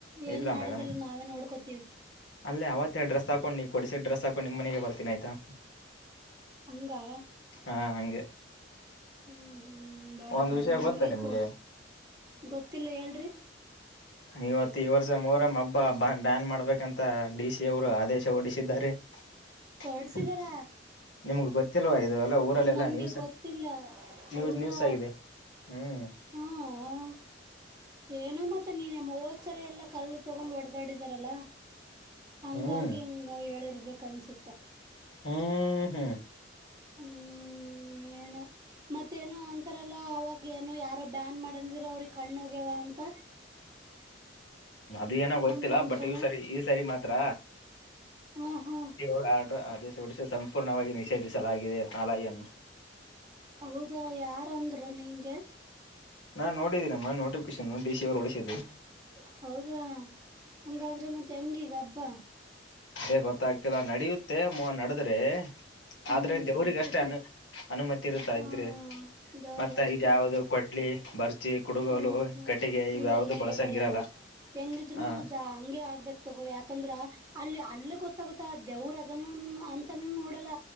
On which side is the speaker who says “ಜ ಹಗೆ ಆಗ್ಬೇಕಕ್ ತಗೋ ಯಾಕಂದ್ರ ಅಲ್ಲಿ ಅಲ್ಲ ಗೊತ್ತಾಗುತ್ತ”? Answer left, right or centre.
Right